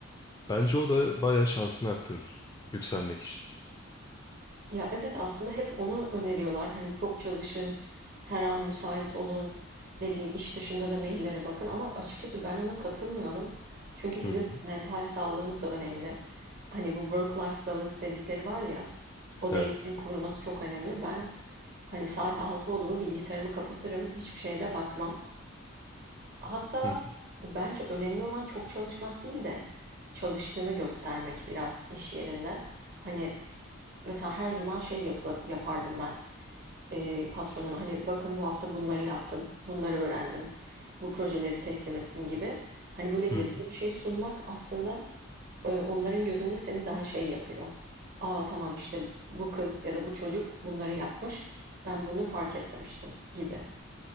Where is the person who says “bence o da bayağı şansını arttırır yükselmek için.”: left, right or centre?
Left